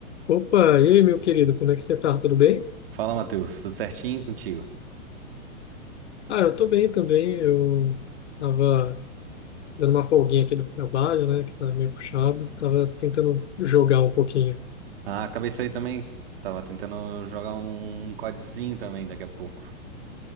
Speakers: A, on the left; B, on the right.
A: Opa, e aí, meu querido, como é que você tá? Tudo bem?
B: Fala, Matheus. Tudo certinho contigo?
A: Ah, eu tô bem também. Eu tava dando uma folguinha aqui do trabalho, né, que tá meio puxado. Tava tentando jogar um pouquinho.
B: Ah, acabei de sair também. Tava tentando jogar um codezinho também daqui a pouco.